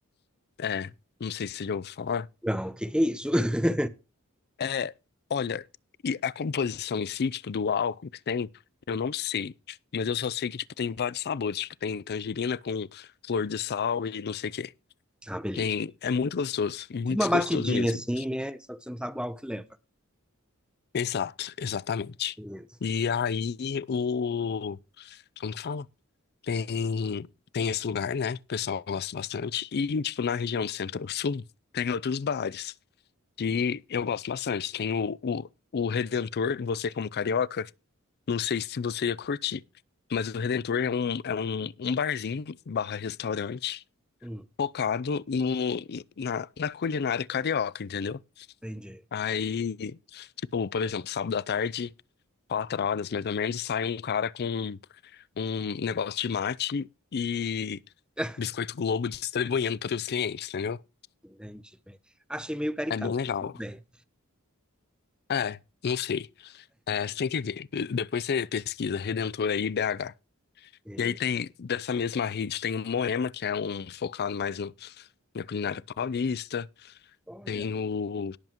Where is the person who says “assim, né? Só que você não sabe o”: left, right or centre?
Centre